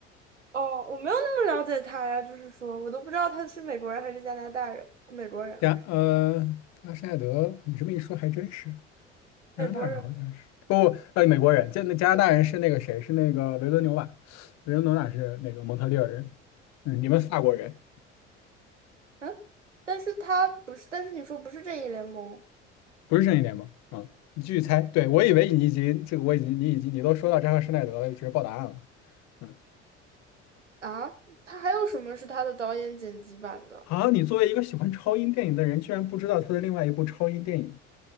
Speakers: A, on the right; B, on the left.
A: 哦，我没有那么了解他呀，就是说我都不知道他是美国人还是加拿大人，美国人，
B: 加呃，扎克施耐德，你这么一说还真是加拿大人好像是不呃美国人，
A: 美国人。
B: 加那加拿大人是那个谁是那个维伦纽瓦，维伦纽瓦是那个蒙特利尔人，嗯，你们法国人
A: 嗯，但是他不是，但是你说不是正义联盟
B: 不是正义联盟，嗯，你继续猜，对我以为你已经这个我已经你已经你都说到扎克施耐德了，直接报答案了。嗯。
A: 啊？他还有什么是他的导演剪辑版的？
B: 啊，你作为一个喜欢超英电影的人，居然不知道他的另外一部超英电影